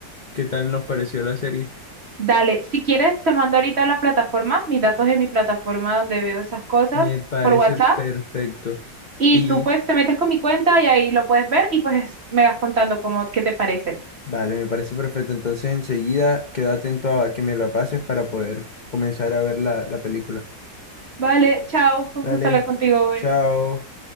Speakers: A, on the left; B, on the right.
A: qué tal nos pareció la serie.
B: Dale, si quieres, te mando ahorita la plataforma, mis datos de mi plataforma donde veo esas cosas
A: Me parece
B: por WhatsApp
A: perfecto.
B: y
A: Y
B: tú pues te metes con mi cuenta y ahí lo puedes ver y pues me vas contando cómo, qué te parece.
A: vale, me parece perfecto. Entonces enseguida quedo atento a que me la pases para poder comenzar a ver la, la película.
B: Vale, chao, fue un
A: Vale,
B: gusto hablar contigo hoy.
A: chao.